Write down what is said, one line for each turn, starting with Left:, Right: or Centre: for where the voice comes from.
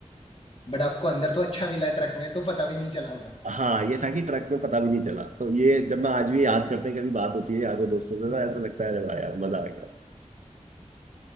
Left: बट आपको अंदर तो अच्छा मिला ट्रक में तो पता भी नहीं चला होगा
Right: हाँ ये था कि ट्रक में पता भी नहीं चला तो ये जब मैं आज भी याद करते हैं कभी बात होती है यारों दोस्तों से ना ऐसा लगता है अरे वाह यार मजा आ गया